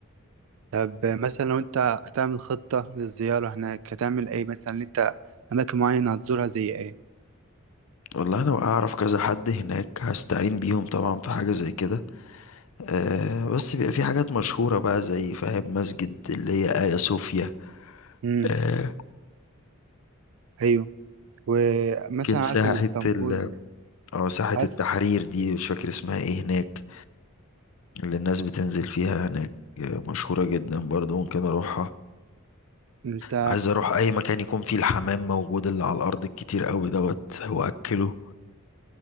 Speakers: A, on the right (about 65°); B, on the left (about 70°).
A: طب مثلا لو انت هتعمل خطه للزياره هناك هتعمل ايه مثلا ان انت اماكن معينه هتزورها زي ايه
B: والله انا اعرف كذا حد هناك هستعين بيهم طبعا في حاجة زي كده آه بس بيبقى في حاجات مشهورة بقى زي فاهم مسجد اللي هي آيا صوفيا
A: امم
B: آه
A: ايوه ومثلا
B: ممكن
A: عارف
B: ساحة
A: الاسطنبول
B: ال اه ساحة
A: عارف
B: التحرير دي مش فاكر اسمها ايه هناك اللي الناس بتنزل فيها هناك آه مشهورة جدا برضه ممكن اروحها
A: انت
B: عايز اروح اي مكان يكون فيه الحمام موجود اللي على الارض الكتير قوي دوت واكله